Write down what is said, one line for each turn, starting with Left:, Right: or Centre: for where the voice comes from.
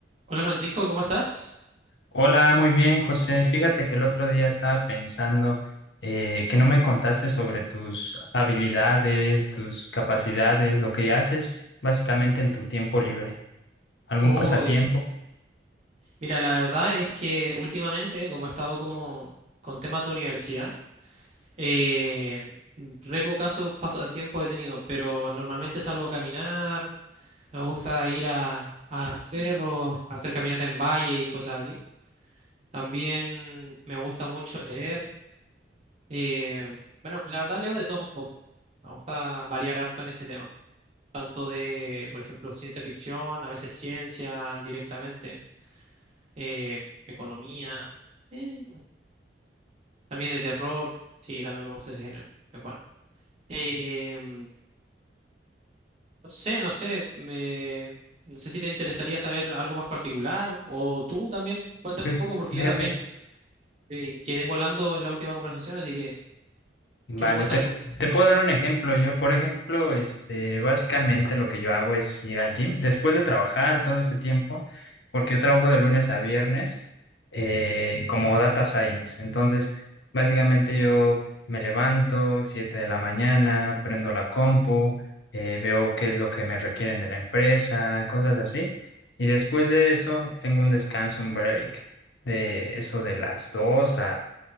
Right: Hola Francisco, ¿cómo estás?
Left: Hola, muy bien, José. Fíjate que el otro día estaba pensando eh, que no me contaste sobre tus habilidades, tus capacidades, lo que haces básicamente en tu tiempo libre, algún
Right: Uy,
Left: pasatiempo.
Right: mira, la verdad es que últimamente, como he estado como con temas de universidad, eh, re pocazos pasos de tiempo he tenido, pero normalmente salgo a caminar, me gusta ir a, a cerros, hacer caminata en valle y cosas así. También me gusta mucho leer. eh, bueno, la verdad leo de todo un poco. Me gusta variar harto en ese tema, tanto de, por ejemplo, ciencia ficción, a veces ciencia directamente. eh, economía, eh, también de terror. Sí, también me gusta ese género. Es bueno. Eh, no sé, no sé. me- no sé si te interesaría saber algo más particular o tú también. Cuéntame
Left: Pues
Right: un poco porque
Left: fíjate,
Right: yo también eh, quedé volando en la última conversación, así que,
Left: Vale,
Right: ¿qué me cuentas
Left: te,
Right: tú?
Left: te puedo dar un ejemplo. Yo, por ejemplo, este, básicamente lo que yo hago es ir al gym después de trabajar todo este tiempo, porque yo trabajo de lunes a viernes eh, como data science. Entonces, básicamente yo me levanto 7 de la mañana, prendo la compu, eh, veo qué es lo que me requieren de la empresa, cosas así. Y después de eso, tengo un descanso, un break de eso de las 2